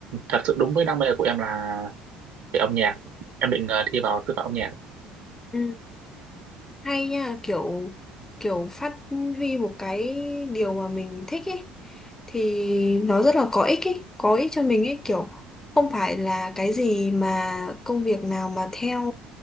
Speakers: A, on the right; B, on the left.
A: thật sự đúng với đam mê của em là về âm nhạc em định ờ, thi vào sư phạm âm nhạc
B: Ừ. hay nha kiểu kiểu phát huy một cái điều mà mình thích ấy thì nó rất là có ích ấy có ích cho mình ấy kiểu không phải là cái gì mà công việc nào mà theo